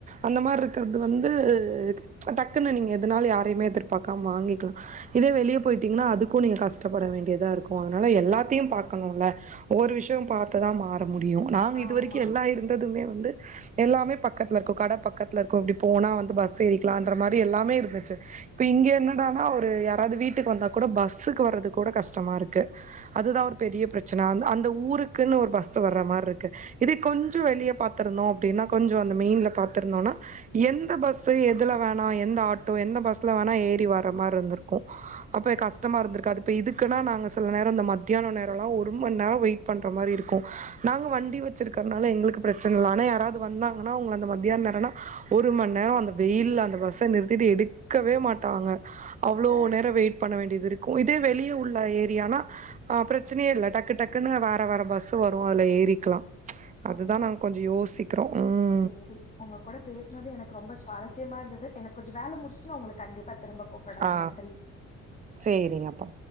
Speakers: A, on the right; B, on the left.
A: அந்த மாரி இருக்கிறது வந்து டக்குன்னு நீங்க எதுனால யாரையுமே எதிர்பார்க்காம வாங்கிக்கலாம் இதே வெளியே போயிட்டீங்கன்னா அதுக்கும் நீங்க கஷ்டப்பட வேண்டியதா இருக்கும் அதனால எல்லாத்தையும் பாக்கணும்ல ஒவ்வொரு விஷயம் பார்த்துதா மாற முடியும் நாங்க
B: ஆமா
A: இது வரைக்கும் எல்லா இருந் ததுமே வந்து எல்லாமே பக்கத்துல இருக்கும் கடை பக்கத்துல இருக்கும் இப்படி போனா வந்து பஸ் ஏரி லான்ற மாரி எல்லாமே இருந்துச்சு இப்ப இங்க என்னடானா ஒரு யாராது வீட்டுக்கு வந்தா கூட பஸ்ஸுக்கு வர்றது கூட கஷ்டமா இருக்கு அதுதா ஒரு பெரிய பிரச்சன அந்த அந்த ஊருக்குன்னு ஒரு பஸ் வர மாருக்கு இதே கொஞ்சொ வெளிய பாத்திருந்தோ அப்டின்னா கொஞ்சொ அந்த மெயின்ல பாத்திருந்தோன்னா எந்த பஸு எது இதுல வேணா எந்த ஆட்டோ எந்த பஸ்ல வேணா ஏறி வர்ற மாதிரி இருந்திருக்கு அப்ப கஷ்டமா இருந்திருக்கு அதுப்ப இதுக்குன்னா நாங்க சில நேர இந்த மத்தியான நேர எல்லா ஒரு மணி நேரோ வெயிட் பண்ற மாரி இருக்கு நாங்க வண்டி வச்சிருக்கறனால எங்களுக்கு பிரச்சனை இல்ல ஆனா யாராவது வந்தாங்கன்னா அவங்க அந்த மத்தியான நேரம்னா ஒரு மணி நேரோ அந்த வெயில அந்த பஸ்ஸை நிறுத்திட்டு எடுக்கவே மாட்டாங்க அவ்ளோ நேர வெயிட் பண்ண வேண்டியது இருக்கு இதே வெளியே உள்ள ஏரியானா அ பிரச்சனையே இல்ல டக்கு டக்குன்னு வேற வேற பஸ் வரு அதுல ஏறிக்கலாம் அதுதா
B: ஆமா
A: நாங்க கொஞ்சோ யோசிக்கிறோ ம்
B: சேரி உங்க கூட பேசனது எனக்கு ரொம்ப சுவாரஸ்யமா இருந்தது எனக்கு கொஞ்சோ வேல முடிச்சுட்டு உங்களுக்கு கண்டிப்பா திரும்ப கூப்புட்றே
A: அ
B: நன்றி
A: சேரிங்கப்பா